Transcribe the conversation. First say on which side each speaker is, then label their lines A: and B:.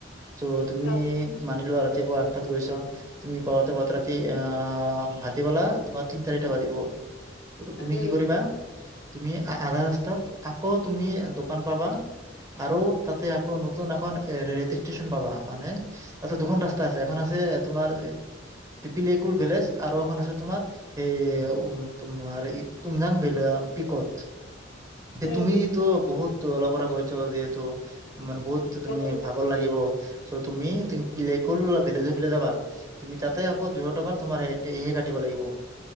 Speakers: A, on the right; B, on the left.
A: ত তুমি
B: উম
A: মানিলো ৰাতিপুৱা আঠাত গৈছ তুমি পাওতে বত ৰাতি অ', ভাটিবলা তোমাৰ তিনটা বাজিৱ তুমি
B: উম
A: কি কৰিবা তুমি আধা ৰা তুমি দোকান পাবা আৰু তাতে আকৌ নতুন এখন ৰেল ষ্টচন পাবা মান তছ দুখন ৰাস্তা আছে এখন আছে তোমাৰ পিপিলকুল ভেজ আৰু এখন আছে তোমাৰ এই উ তোমাৰ তুমজাং ভিলেজ পিকত
B: উম
A: তুমিতটো বহুত অল পৰা গৈছ যিহেতু মানে বহুত তুমি
B: উম
A: ভাগৰ লাগিব চ' তুমি পিলকুলজ যাবা তুমি তাতে আকৌ দুশ টকা তোমাৰহে কাটিব লাগিব